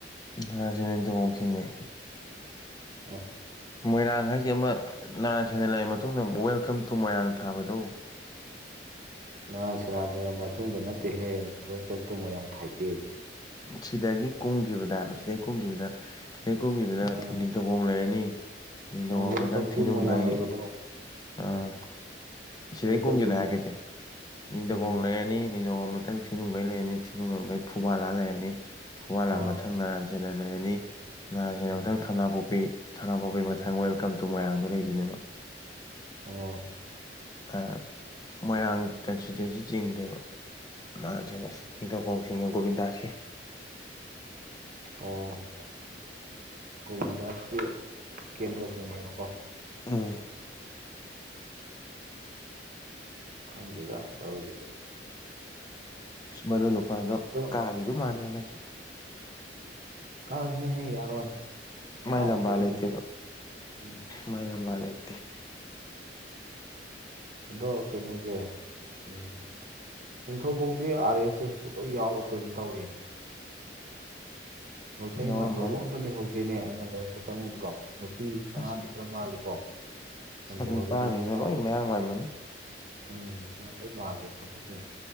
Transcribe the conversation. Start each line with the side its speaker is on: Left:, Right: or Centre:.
Left: ꯑ ꯅꯤꯡꯊꯧꯀꯣꯛ ꯆꯤꯡꯉꯦ
Right: ꯑꯣ
Left: ꯃꯣꯏꯔꯥꯡ ꯍꯥꯏꯁꯦ ꯑꯃ ꯅꯔꯥꯟ ꯁꯦꯟꯅ ꯂꯩꯔꯥ ꯃꯇꯨꯡꯗ ꯋꯦꯜꯀꯝ ꯇꯨ ꯃꯣꯏꯔꯥꯡ ꯊꯥꯕꯗꯣ
Right: ꯅꯔꯥꯟ ꯁꯦꯟꯅꯥ ꯂꯩꯔ ꯃꯇꯨꯡꯗ ꯅꯠꯇꯦꯍꯦ ꯋꯦꯜꯀꯝ ꯇꯨ ꯃꯣꯏꯔꯥꯡ ꯊꯥꯏꯗꯤ
Left: ꯁꯤꯗꯒꯤ ꯀꯨꯝꯒꯤꯕꯗ ꯍꯥꯏꯕ ꯁꯤꯗꯩ ꯀꯨꯝꯒꯤꯕꯗ ꯁꯤꯗꯩ ꯀꯨꯝꯒꯤꯕꯗ
Right: ꯑꯥ
Left: ꯗꯒꯣꯡ ꯂꯩꯔꯅꯤ ꯃꯤꯗꯒꯣꯡ
Right: ꯑꯥ ꯋꯦꯜꯀꯝ
Left: ꯃꯇꯪ
Right: ꯇꯨ
Left: ꯊꯤꯅꯨꯡꯒꯩ
Right: ꯃꯣꯏꯔꯥꯡ ꯂꯩꯕꯗꯣ ꯎꯝ
Left: ꯑꯥ ꯁꯤꯗꯩ
Right: ꯋꯦꯜꯀꯝ
Left: ꯀꯨꯝꯕꯤꯗ
Right: ꯇꯨ ꯃꯣꯏꯔꯥꯡ
Left: ꯍꯥꯏꯔꯛꯀꯁꯦ ꯅꯤꯡꯗꯀꯣꯡ
Right: ꯎꯝ
Left: ꯂꯩꯔꯅꯤ <unintelligible> ꯃꯊꯪ ꯊꯤꯅꯨꯡꯒꯩ ꯂꯩꯔꯅꯤ ꯊꯤꯅꯨꯡ ꯐꯨꯋꯥꯂ ꯂꯩꯔꯅꯤ ꯐꯨꯋꯥꯂ
Right: ꯑꯥ
Left: ꯃꯊꯪ ꯅꯥ <unintelligible> ꯂꯩꯔꯅꯤ ꯅꯁꯦꯟꯅ
Right: ꯎꯝ
Left: ꯃꯊꯪ ꯊꯝꯅꯥꯄꯣꯛꯄꯤ ꯊꯝꯅꯥꯄꯣꯛꯄꯤ ꯃꯊꯪ
Right: ꯑꯥ
Left: <unintelligible> ꯀꯝ ꯇꯨ ꯃꯣꯏꯔꯥꯡꯗꯣ ꯂꯩꯗꯣꯏꯅꯦꯕ
Right: ꯑꯣ
Left: ꯑꯥ ꯃꯣꯏꯔꯥꯡ ꯀꯟꯁꯇꯤꯇ꯭ꯋꯦꯟꯁꯤ ꯆꯤꯡꯗꯦꯕ <unintelligible> ꯅꯤꯡꯊꯧꯀꯣꯡ ꯒꯣꯕꯤꯟꯗꯥꯁꯀꯤ
Right: ꯑꯣ ꯒꯣꯕꯤꯟꯗꯥꯁꯀꯤ ꯀꯦꯟꯗ꯭ꯔꯆꯤꯡꯉꯦꯕꯀꯣ
Left: ꯎꯝ
Right: ꯈꯪꯗꯦꯗꯥ ꯇꯧꯔꯤꯗ
Left: ꯃꯗꯨ ꯅꯨꯄꯥꯗꯣ
Right: ꯑꯗꯣ
Left: ꯀꯥꯒꯤꯗꯨ ꯃꯥꯜꯂꯦ ꯍꯟꯗꯛꯁꯨ
Right: ꯀꯥꯈꯤꯅꯦꯍꯦ ꯌꯥꯔꯣꯏ
Left: ꯃꯥꯏ
Right: ꯆꯥꯎꯋꯤ
Left: ꯂꯝꯕꯥ
Right: ꯀꯩꯅꯣ
Left: ꯂꯩꯇꯦꯕ
Right: ꯃꯣꯏ ꯎꯝ
Left: ꯃꯥꯏ ꯂꯝꯕꯥ ꯂꯩꯇꯦ
Right: ꯑꯗꯣ ꯀꯩꯅꯣꯖꯦ ꯎꯝ ꯅꯤꯡꯊꯧꯈꯣꯡꯗꯤ ꯑꯥꯔ ꯑꯦꯁ ꯑꯦꯁꯄꯨ ꯂꯣꯏ ꯌꯥꯎꯔꯛ <unintelligible> ꯇꯧꯔꯤꯅꯦ ꯃꯩꯇꯩ
Left: ꯌꯥꯎꯔꯝꯃꯅꯤ
Right: ꯃꯥꯟꯕꯕꯨ ꯑꯝꯇ ꯂꯩꯍꯧꯗꯦꯅꯦ ꯑꯩꯅ ꯂꯥꯏꯔꯤꯛꯇ ꯆꯪꯉꯨꯕꯗꯣ ꯅꯨꯄꯤ ꯑꯉꯥꯡꯗꯤ
Left: ꯑꯁ
Right: ꯈꯔ ꯃꯥꯜꯂꯤꯀꯣ
Left: ꯁꯛ
Right: ꯂꯩꯍꯧꯔꯤꯕ
Left: ꯅꯨꯄꯥꯁꯤꯡ
Right: ꯅꯨꯄꯥ
Left: ꯂꯣꯏ ꯃꯌꯥꯡ ꯃꯥꯟꯕꯅꯤ
Right: ꯎꯝ ꯃꯌꯥꯝ ꯂꯣꯏ ꯃꯥꯜꯂꯤ ꯃꯁꯛꯁꯤꯡꯗꯣ